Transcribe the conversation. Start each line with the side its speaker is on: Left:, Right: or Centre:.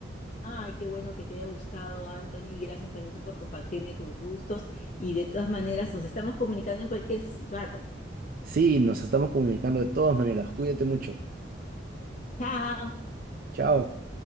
Left: Ay, qué bueno que te haya gustado, Anthony. Gracias también tú por compartirme tus gustos. Y de todas maneras, nos estamos comunicando en cualquier rato.
Right: Sí, nos estamos comunicando de todas maneras. Cuídate mucho.
Left: Chao.
Right: Chao.